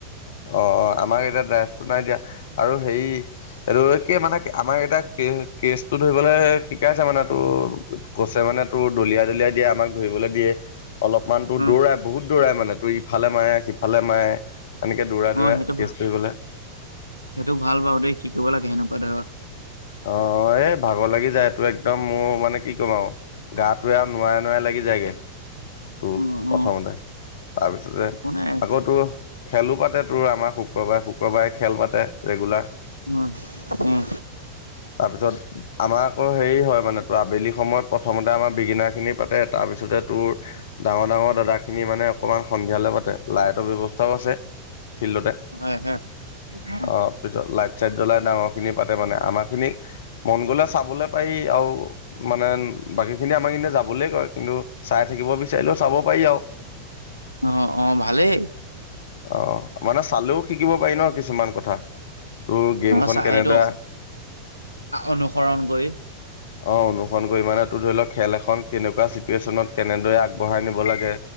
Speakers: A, on the left; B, on the right.
A: অ', অ', আমাক এতিয়া ড্ৰাইভটো নাই দিয়া আৰু হেৰি এটো আৰু কি মানে আমাৰ এতিয়া কেচ কেচ টো ধৰিবলে শিকাইছে মানে তোৰ কোচে মানে তোৰ দলিয়াই, দলিয়াই দিয়ে আমাক ধৰিবলে দিয়ে। অলপমানতো
B: অ
A: দৌৰাই, বহুত দৌৰাই মানে তোৰ ইফালে মাৰে সিফালে মাৰে। এনেকৈ দৌৰা,
B: অ
A: দৌৰা
B: সেইটো
A: কেছ
B: ভা
A: দিবলে
B: সেইটো ভাল বাৰু দেই শিকিব লাগে সেনেকুৱা ধৰ
A: অ', এ ভাগৰ লাগি যায়, এইটো একদম মোৰ মানে কি ক'ম আৰু গাটোৱে আৰু নোৱাৰে নোৱাই লাগি যায়গে। তো
B: অ
A: প্ৰথমতে
B: অ
A: তাৰপিছতে
B: একো নাই
A: আকৌ‌ তোৰ খেলো পাতে তোৰ আমাৰ শুক্ৰবাৰে, শুক্ৰবাৰে খেল পাতে ৰেগুলাৰ।
B: উম, উম।
A: তাৰপিছত আমাৰ আকৌ হেৰি হয় মানে আবেলি সময়ত প্ৰথমতে আমাৰ বিগিনাৰ খিনি পাতে তাৰপিছতে তোৰ ডাঙৰ, ডাঙৰ দাদা খিনি মানে অকমান সন্ধিয়ালৈ পাতে লাইটৰ ব্যৱস্থাও আছে ফিল্ডতে।
B: হয়, হয় ইভাগ।
A: অ', পিছত লাইট চাইট জ্বলাই ডাঙৰ খিনি পাতে মানে আমাৰ খিনিক মন গ'লে চাবলৈ পাৰি। আৰু মানে বাকী খিনি আমাক কিন্তু যাবলৈ কয় কিন্তু চাই থাকিব বিচ বিচাৰিলেও চাব পাৰি আৰু।
B: অ', অ', ভালেই।
A: অ', মানে চালেও শিকিব পাৰি ন কিছুমান কথা। তোৰ গেমখন
B: অ', চাহ
A: কেনেদৰে
B: এইটো অনুসৰণ কৰি
A: অ', অনুসৰণ কৰি মানে ত ধৰি লওঁক খেল এখন কেনেকুৱা চিটুৱেশ্যনত কেনেদৰে আ বঢ়াই নিব লাগে